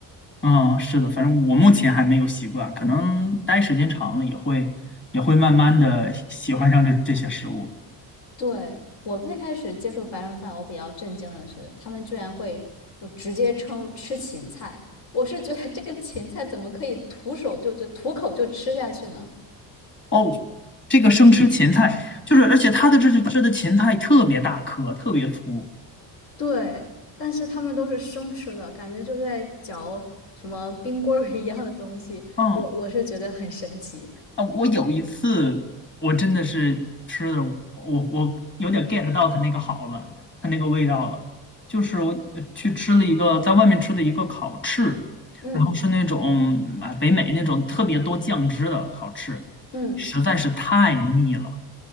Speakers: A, on the left (about 25°); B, on the left (about 70°).
A: 嗯，是的，反正我目前还没有习惯，可能待时间长了也会也会慢慢的喜欢上这这些食物。
B: 对，我最开始接触白人饭，我比较震惊的是，他们居然会就直接称吃芹菜。我是觉得这个芹菜怎么可以徒手就就徒口就吃下去呢？
A: 哦，这个生吃芹菜，就是而且它的这这的芹菜特别大颗，特别粗。
B: 对，但是他们都是生吃的，感觉就在嚼什么冰棍儿一样的东西，
A: 嗯。
B: 我我是觉得很神奇。
A: 啊，我有一次我真的是吃的，我我有点 get 到它那个好了，它那个味道了。就是我呃去吃了一个在外面吃的一个烤翅，
B: 嗯嗯
A: 然后是那种啊北美那种特别多酱汁的烤翅，
B: 嗯
A: 实在是太腻了。